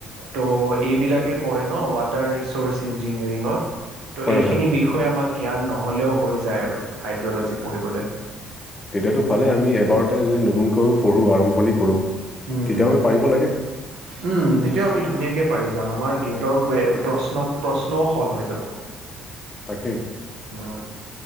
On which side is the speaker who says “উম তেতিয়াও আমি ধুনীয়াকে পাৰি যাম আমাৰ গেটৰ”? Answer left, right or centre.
Right